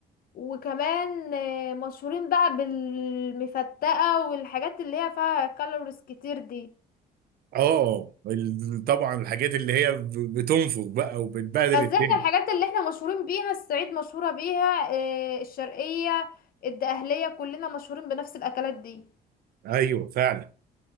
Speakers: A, on the left (about 60°); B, on the right (about 65°).
A: وكمان آه، مشهورين بقى بالمفتقه والحاجات اللي هي فيها كالوريز كتير دي
B: اه ال- طبعا الحاجات اللي هي ب- بتنفخ بقى وبتبهدل
A: بس
B: الدنيا
A: احنا الحاجات اللي احنا مشهورين بيها الصعيد مشهورة بيها آه، الشرقية الدقهلية كلنا مشهورين بنفس الأكلات دي
B: ايوه فعلا